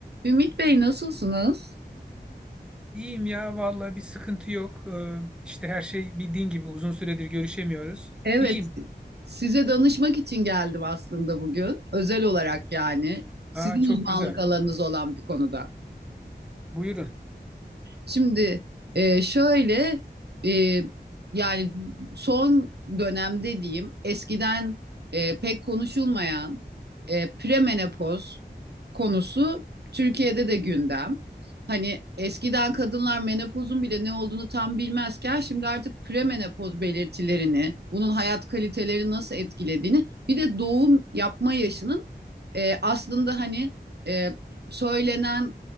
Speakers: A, on the right (about 65°); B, in the centre.
A: Ümit Bey nasılsınız?
B: İyiyim ya vallahi bir sıkıntı yok. Ee, işte her şey bildiğin gibi uzun süredir görüşemiyoruz.
A: Evet,
B: İyiyim.
A: size danışmak için geldim aslında bugün. Özel olarak yani. Sizin
B: Aa çok
A: uzmanlık
B: güzel.
A: alanınız olan bir konuda.
B: Buyurun.
A: Şimdi e, şöyle e, yani son dönemde diyeyim eskiden e, pek konuşulmayan e, premenopoz konusu Türkiye'de de gündem. Hani eskiden kadınlar menopozun bile ne olduğunu tam bilmezken şimdi artık premenopoz belirtilerini, bunun hayat kalitelerini nasıl etkilediğini, bir de doğum yapma yaşının e, aslında hani e, söylenen